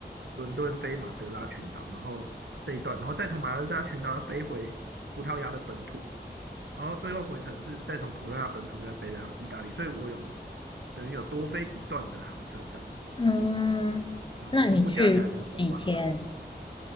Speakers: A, on the right; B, on the left.
A: 伦敦飞马德拉群岛，然后这一段，然后再从马德拉群岛飞回葡萄牙的本土，然后最后回程是再从葡萄牙本土再飞到意大利，所以我有等于有多飞一段的航程这样子，
B: 嗯，
A: 嗯，
B: 那你去几天？
A: 全部加起来就是两万二，